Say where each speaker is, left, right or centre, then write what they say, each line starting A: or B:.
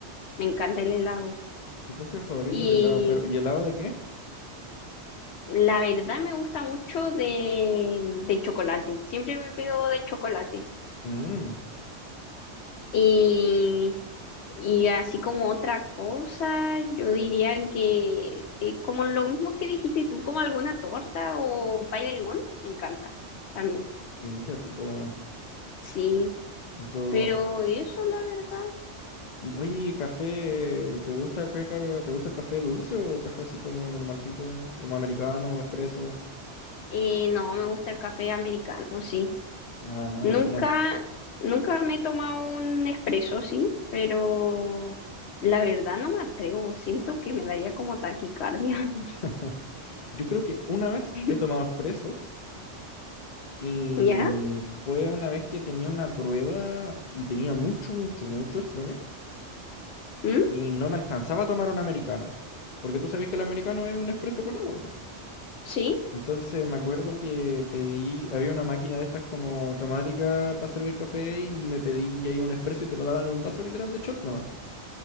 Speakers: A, on the left (about 70°); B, on the left (about 45°).
A: Me encanta el helado.
B: Tu postre favorito
A: Y
B: el helado, pero ¿y helado de qué?
A: la verdad me gusta mucho de, de chocolate. Siempre me pido de chocolate.
B: Mmm,
A: Y, y así como otra cosa, yo diría que eh, como lo mismo que dijiste tú, como alguna torta o pay de limón, me encanta también.
B: qué rico, weón.
A: Sí.
B: Yo,
A: Pero eso, la verdad,
B: Y oye, café, ¿te gusta, qué ca- ca- te gusta el café dulce o café así como normalcito, como americano, expreso?
A: eh, no, me gusta el café americano, sí.
B: Ah,
A: Nunca,
B: buena.
A: nunca me he tomado un espresso, sí, pero la verdad no me atrevo. Siento que me daría como taquicardia.
B: <laughs> Yo creo que una vez
A: <laughs>
B: he tomado expreso y
A: ¿Ya?
B: fue una vez que tenía una prueba y tenía mucho, mucho, mucho sueño
A: ¿Mm?
B: y no me alcanzaba a tomar un americano, porque tú sabes que el americano es un expreso con agua, pues.
A: ¿Sí?
B: Entonces me acuerdo que pedí, había una máquina de estas como automática para servir café y me pedí ahí un espresso y te lo daban en un vaso literal de shot nomás, pues.